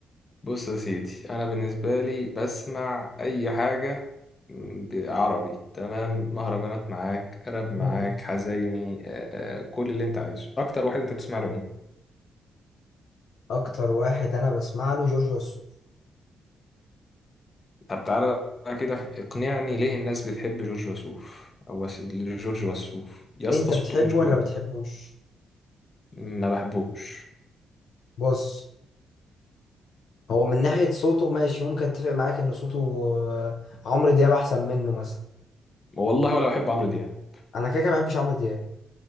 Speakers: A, on the left; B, on the left.
A: بص يا سيدي انا بالنسبه لي بسمع اي حاجه عربي تمام مهرجانات معاك راب معاك
B: مم.
A: حزيني آه، آه، كل اللي انت عايزه اكتر واحد انت بتسمع له مين
B: أكتر واحد أنا بسمع له جورج وسوف
A: طب تعالى بقى كده اقنعني ليه الناس بتحب جورج وسوف او وس... جورج وسوف يا اسطى
B: أنت بتحبه
A: صوته مش
B: ولا
A: كويس
B: بتحبوش؟
A: ما بحبوش
B: بص هو من ناحية صوته ماشي ممكن أتفق معاك إن صوته آه، عمرو دياب أحسن منه مثلا
A: والله ولا بحب عمرو دياب
B: انا كده كده ما بحبش عمرو دياب